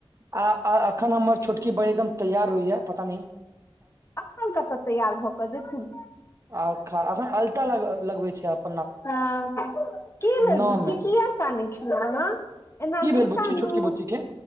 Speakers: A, on the right; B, on the left.
A: आ अखन हमर छोटकी बहिन एकदम तैयार होइया पता नै।
B: अखन कतऽ तैयार भऽ कऽ जेथिन?
A: आखन अखन अलता लगबे छै आब।
B: हं की भेल
A: नह
B: बुच्ची,
A: मे
B: की यै काने छी अहाँ! एना
A: की
B: नहि
A: भेल बुच्ची
B: कानू,
A: छोटकी बुच्ची के